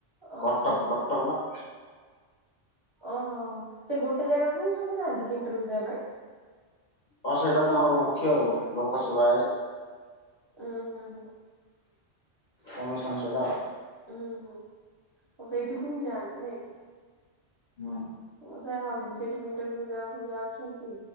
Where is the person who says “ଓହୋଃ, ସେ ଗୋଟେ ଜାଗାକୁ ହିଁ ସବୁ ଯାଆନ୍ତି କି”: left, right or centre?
Right